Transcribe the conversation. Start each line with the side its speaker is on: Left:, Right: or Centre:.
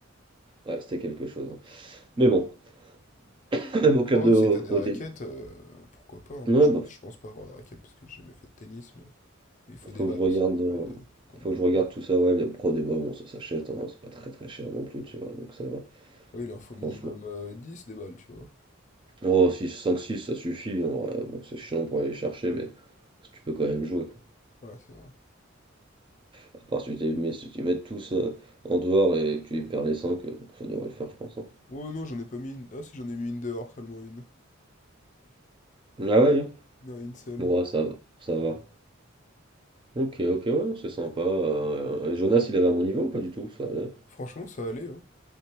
Right: Ouais, c'était quelque chose. hein. Mais bon, <laughs> même au club
Left: Oh,
Right: de
Left: ouais, si
Right: au
Left: t'as des raquettes,
Right: tennis,
Left: euh, pourquoi pas, hein. Moi,
Right: ouais,
Left: je
Right: bah,
Left: pense, je pense pas avoir de raquettes parce que j'ai jamais fait de tennis, mais... mais il faut des
Right: faut
Left: balles
Right: que je regarde,
Left: aussi,
Right: euh,
Left: il faut qu'on me
Right: faut
Left: prenne
Right: que je regarde
Left: des balles.
Right: tout ça, ouais, les pro débats, bon, ça s'achète, hein, c'est pas très très cher non plus, tu vois, donc ça va,
Left: Oui, il en faut
Right: franchement.
Left: minimum euh, 10 des balles, tu vois.
Right: Oh, six cinq six ça suffit, hein, ouais, bon, c'est chiant pour aller les chercher, mais tu peux quand même jouer, quoi.
Left: Ouais, c'est vrai.
Right: À part si tu les mets, si tu les mets tous euh, en dehors et que tu les perds les 5 euh, ça devrait le faire, je pense. hein.
Left: Oh non, j'en ai pas mis une... Ah si, j'en ai mis une dehors, seulement une.
Right: Ah ouais, hein.
Left: Non, une seule.
Right: bon, ouais, ça va, ça va. Ok, ok, ouais, c'est sympa. euh, et Jonas, il avait un bon niveau ou pas du tout? Ça allait.
Left: Franchement, ça allait, hein.